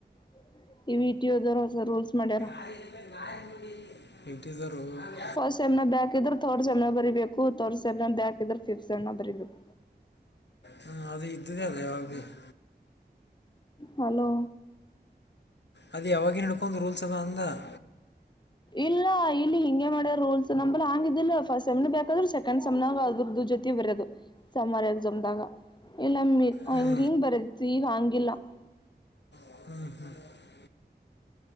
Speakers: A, on the left; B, on the left.
A: <inaudible> ಇ ಯುಟಿ ಅದವರ ಹೊಸ ರೂಲ್ಸ್ ಮಾಡ್ಯಾರ?
B: ಆಕಿ ಅಂತೆಗ ನಾಯಿನುಡಿ ಐತಿ. <inaudible> ನಿಂತಿದಾರೋ <inaudible>
A: ಫಸ್ಟ್ ಸೆಮ್ ಬ್ಯಾಕ್ ಇದ್ರ ತರ್ಡ್ ಸೆಮ್ ನ್ಯಾಗ ಬರಿಬೇಕು ತರ್ಡ್ ಸೆಮ್ ಬ್ಯಾಕ್ ಇದ್ರ ಸಿಕ್ಸ್ ಸೆಮ್ ನ್ಯಾಗ ಬರಿಬೇಕು.
B: ಹ್ಮ್, ಅದು ಇದ್ದದೆೇ ಯವಾಗಿ ಬೀ <inaudible>
A: ಹಲೋ?
B: ಅದ ಯಾವಾಗ ನಡ್ಕೊಂದ್ ರೂಲ್ಸ್ ಅದ ಅಂದ <inaudible>
A: ಇಲ್ಲ ಇಲ್ಲಿ ಹಿಂಗೆ ಮಾಡ್ಯ ರೂಲ್ಸ್ ನಂಬಲ್ ಹಂಗ ಇದಿಲ್ಲ ಫಸ್ಟ್ ಸೆಮ್ ಬೇಕಾದ್ರ ಸೆಕೆಂಡ್ ಸೆಮ್ನಾಗ ಅದ್ರದ್ದು ಜೊ <inaudible> ಕತಿ ಬರೋದು ಸಮರ ಎಕ್ಸಾಮ್ ದಾಗ ಇಲಮ್ಮಿ
B: ಹ್ಞೂ
A: ದಿಮ ಬರದಿತ್ತು ಈಗ ಹಂಗಿಲ್ಲ. <inaudible>
B: <inaudible>